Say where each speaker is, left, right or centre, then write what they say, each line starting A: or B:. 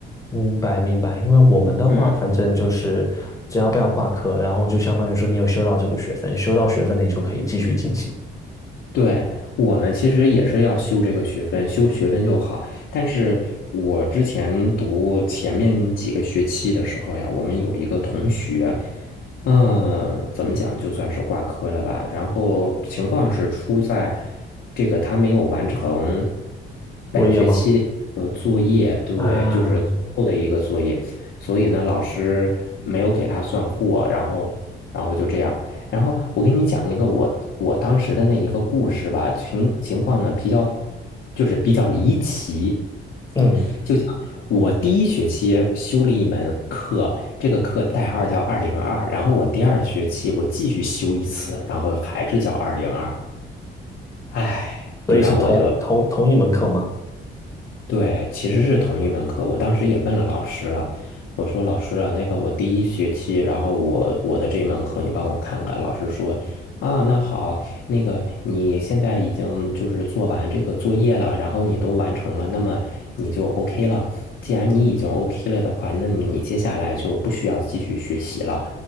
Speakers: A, on the left (about 15°); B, on the left (about 70°).
A: 明白明白，因为我们的话，
B: 嗯。
A: 反正就是只要不要挂科，然后就相当于说你有修到这个学分，修到学分你就可以继续进行
B: 对，我们其实也是要修这个学分，修学分就好。但是我之前读前面几个学期的时候呀，我们有一个同学，嗯，怎么讲，就算是挂科了吧。然后情况是出在这个他没有完成本学期的呃作业，
A: 作业吗？
B: 对，
A: 啊，
B: 就是最后的一个作业，所以呢，老师没有给他算过，然后，然后就这样。然后我给你讲一个我我当时的那一个故事吧，情情况呢比较就是比较离奇，
A: 嗯，
B: 就讲我第一学期修了一门课，这个课代号叫二零二，然后我第二学期我继续修一次，然后还是叫二零二，唉，
A: 所以是同同同一门课吗？
B: 就让我就对，其实是同一门课。我当时也问了老师了，我说老师啊，那个我第一学期，然后我我的这门课你帮我看看。老师说啊，那好，那个你现在已经就是做完这个作业了，然后你都完成了，那么你就 OK 了。既然你已经 OK 了的话，那么你接下来就不需要继续学习了。